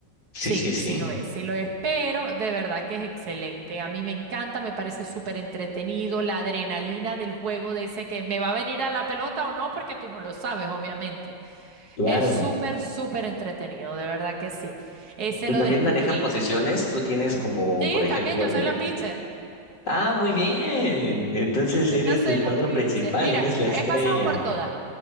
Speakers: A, on the left; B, on the right.
A: Sí,
B: Sí,
A: sí, sí.
B: sí lo es, sí lo es, pero de verdad que es excelente. A mí me encanta, me parece súper entretenido la adrenalina del juego de ese que me va a venir a la pelota o no, porque tú no lo sabes, obviamente.
A: Claro.
B: Es súper, súper entretenido, de verdad que sí. Ese
A: Y
B: lo
A: también
B: descubrí.
A: manejan posiciones. Tú tienes como,
B: Sí,
A: por ejemplo,
B: también yo
A: en
B: soy
A: el...
B: la pitcher.
A: Ah, muy bien. Entonces
B: Yo
A: eres
B: soy
A: del cuadro
B: la pitcher.
A: principal,
B: Mira,
A: eres la
B: he
A: estrella.
B: pasado por todas.